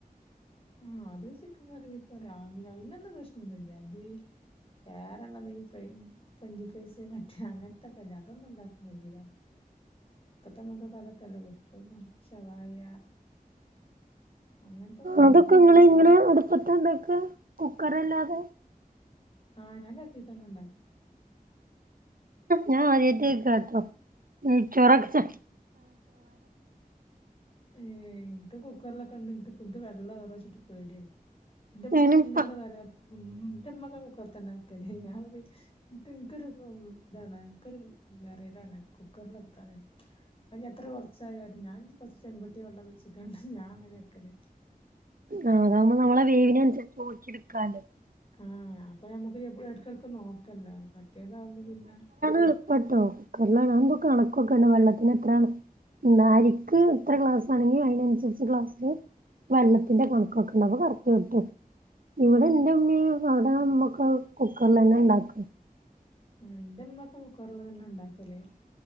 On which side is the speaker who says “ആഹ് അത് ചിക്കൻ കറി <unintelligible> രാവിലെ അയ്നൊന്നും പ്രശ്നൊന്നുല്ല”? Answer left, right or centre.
Left